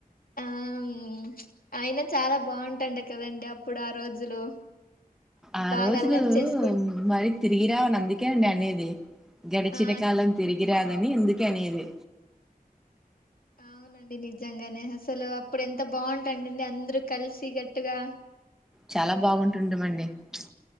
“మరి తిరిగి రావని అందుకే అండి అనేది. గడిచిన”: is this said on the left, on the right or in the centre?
Centre